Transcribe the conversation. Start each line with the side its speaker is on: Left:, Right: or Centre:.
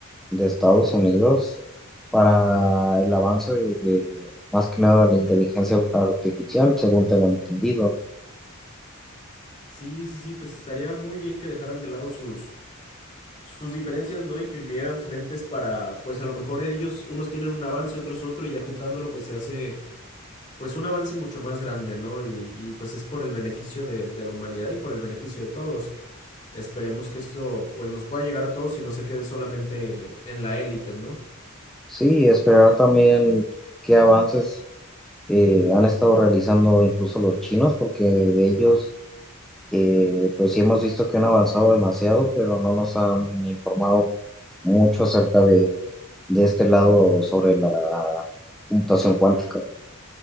Centre: de Estados Unidos para el avance de, de, más que nada la inteligencia artificial, según tengo entendido.
Left: Sí, sí, sí, pues estaría muy bien que dejaran de lado sus, sus diferencias, ¿no? Y que unieran frentes para, pues a lo mejor ellos, unos tienen un avance, otros otro, y ya juntándolo, pues se hace, pues un avance mucho más grande, ¿no? Y, y, pues es por el beneficio de, de la humanidad y por el beneficio de todos. Esperemos que esto, pues nos pueda llegar a todos y no se quede solamente en la élite, ¿no?
Centre: Sí, y esperar también qué avances eh, han estado realizando incluso los chinos, porque de ellos, eh, pues sí hemos visto que han avanzado demasiado, pero no nos han informado mucho acerca de de este lado sobre la computación cuántica.